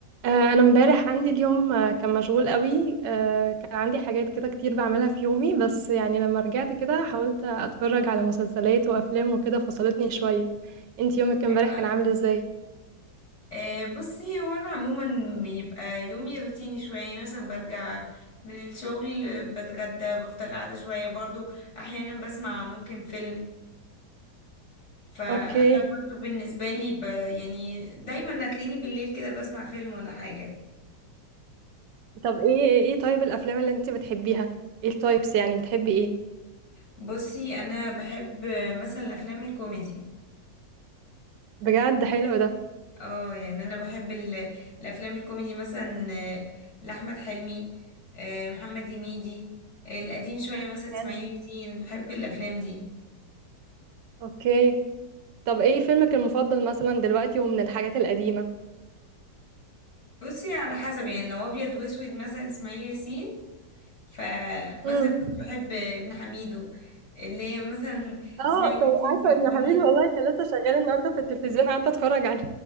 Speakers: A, on the right; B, on the left.
A: آه، انا امبارح عندي اليوم آه، كان مشغول قوي آه، كان عندي حاجات كده كتير بعملها في يومي بس يعني لما رجعت كده حاولت اتفرج على مسلسلات وافلام وكده فصلتني شوية انت يومك امبارح
B: حلو قوي
A: كان عامل
B: ده
A: ازاي
B: آه بصي هو انا عموما بيبقى يومي روتيني شويه يعني مثلا برجع من الشغل آه، بتغدى بفضل قاعده شويه برضو احيانا بسمع ممكن فيلم فانا
A: اوكي
B: برضو بالنسبه لي ب... يعني دايما هتلاقيني بالليل كده بسمع فيلم ولا حاجه
A: طب ايه ايه إيه طيب الافلام اللي انت بتحبيها ايه التايبس يعني بتحبي ايه
B: بصي انا بحب آه، مثلا الافلام الكوميدي
A: بجد حلو ده
B: اه يعني انا بحب ال... الافلام الكوميدي مثلا آه، لاحمد حلمي آه، محمد هنيدي القديم شويه مثلا اسماعيل
A: حلو
B: ياسين بحب الافلام دي
A: اوكي طب ايه فيلمك المفضل مثلا دلوقتي ومن الحاجات القديمة
B: بصي على حسب يعني لو ابيض واسود مثلا اسماعيل ياسين فمثلا
A: امم
B: كنت بحب ابن حميدو اللي هي مثلا
A: اه
B: اسماعيل
A: طب
B: ياسين
A: عارفة
B: في البوليس
A: ابن حميد والله كان لسه شغال النهارده في التلفزيون قعدت اتفرج عليه